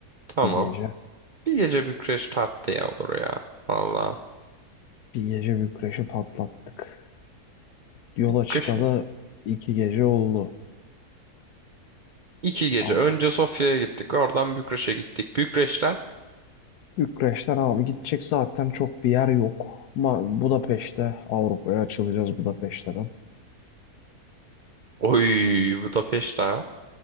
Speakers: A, on the right; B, on the left.
A: Tamam.
B: bir gece.
A: Bir gece Bükreş tatlıya olur ya. Valla.
B: Bir gece Bükreş'i patlattık. Yola
A: Bükreş
B: çıkalı
A: mi?
B: iki gece oldu.
A: İki gece.
B: Abi
A: Önce Sofya'ya gittik. Oradan Bükreş'e gittik. Bükreş'ten.
B: Bükreş'ten abi gidecek zaten çok bir yer yok. Ma Budapeşte Avrupa'ya açılacağız Budapeşte'den.
A: Oy Budapeşte ha.